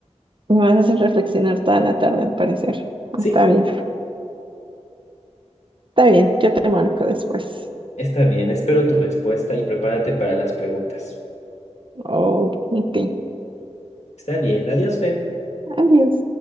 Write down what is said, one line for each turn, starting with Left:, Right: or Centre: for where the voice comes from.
Right: Me vas a hacer reflexionar toda la tarde, al parecer.
Left: Sí,
Right: Está bien, está bien. Yo te marco después.
Left: está bien. Espero tu respuesta y prepárate para las preguntas.
Right: Oh, ok.
Left: Está bien. Adiós, Fer.
Right: Adiós.